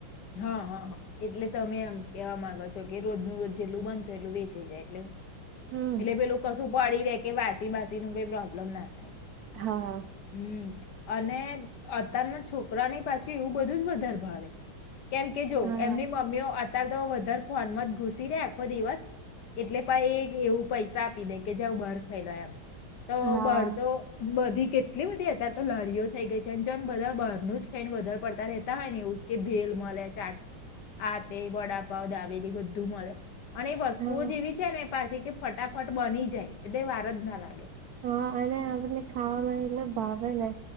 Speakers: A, on the left; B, on the right.
A: હા હા હા એટલે તમે આમ કેવા માંગો છો કે રોજ ન રોજ જેટલું બનતો એટલું વેચી જાય એટલું
B: હમ
A: એટલે પેલું કશું પડી રે કે વાસી બાસી ન કઈ પ્રોબ્મ બલમ નાને હમ
B: હા
A: અને અત્યારના છોકરાની પાછી એવું બધું જ વધારે ભાવે કેમ કે જો
B: હા
A: એમની મમ્મીઓ અ તો વધારે ફોનમાં જ ઘુસી રે આખો દિવસ એટલે પણ એ એવું પૈસા આપી દે કે જેું બહાર ખાઈ લો એમ તો
B: હા
A: પૈસા આપીદે કે જાઓ બહાર ખાઈલો એમ તો બહાર તો બધી કેટલી બધી અત્યારે તો લારીઓ થઈ ગઈ છે જોમ બધા બહારનું જ ખાઈને વધારે પડતા રેતા હોય ને એવું કે ભેલ મળ ચાટ આતે વડાપાવ દાબેલી બધ બધું મળે અને એ વસ્તુઓ
B: હા
A: જેવી છે ને એ પાછી કે ફટાફટ બની જાય એટલે વાર જ ના લાગે.
B: હા અને આપણને ખાવામાં એટલે ભાવે ને